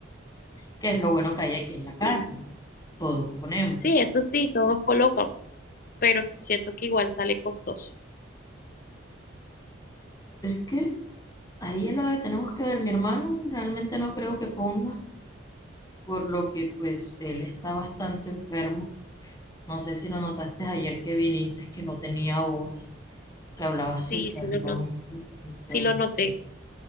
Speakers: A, on the left (about 20°); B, on the left (about 45°).
A: que es lo bueno que hay aquí en
B: Sí.
A: la casa, todos ponemos.
B: Sí, eso sí, todos colocan, pero siento que igual sale costoso.
A: Es que ahí es lo que tenemos que ver, mi hermano realmente no creo que ponga, por lo que pues él está bastante enfermo. No sé si lo notaste ayer que viniste, que no tenía voz, que hablaba
B: Sí,
A: súper
B: sí lo
A: ronco,
B: no,
A: entonces,
B: sí lo noté.